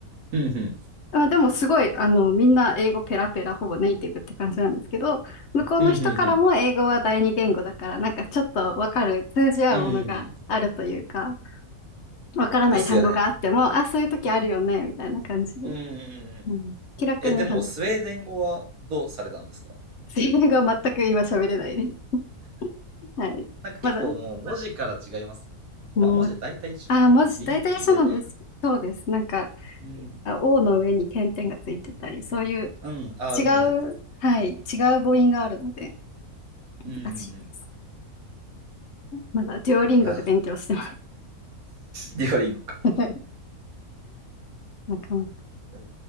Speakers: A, on the right; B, on the left.
A: うんうん。
B: あ、でもすごい、あの、みんな英語ペラペラ、ほぼネイティブって感じなんですけど、向こうの人からも英語は第二言語だから、
A: うんうんうん。
B: なんかちょっとわかる、通じ合うものがあるというか、
A: うんうん。
B: わからない単語があっても、
A: ですよね。
B: あ、そういう時あるよね、みたいな感じで。
A: うんうんうん。
B: うん。気楽に話す。
A: え、でも、スウェーデン語はどうされたんですか
B: スイン語は全く今喋れないです。<laughs> はい。
A: なんか結構もう文字から違いますもんね。
B: まだ、もう、
A: まあ文字は大体一緒か。
B: あ、
A: なんか、
B: 文字、
A: リング記号が。
B: 大体一緒なんですけど。そうです。なんか、
A: うん。
B: あ O の上に点々がついてたり、そういう
A: うん、ああ、
B: 違う、
A: ウムラウト。
B: はい、違う母音があるので、
A: うんうんうん
B: 難しいです。まだ、デュオリンゴで勉強してます。
A: いやー、デュオリンゴか。
B: <laughs> なかなか。
A: いや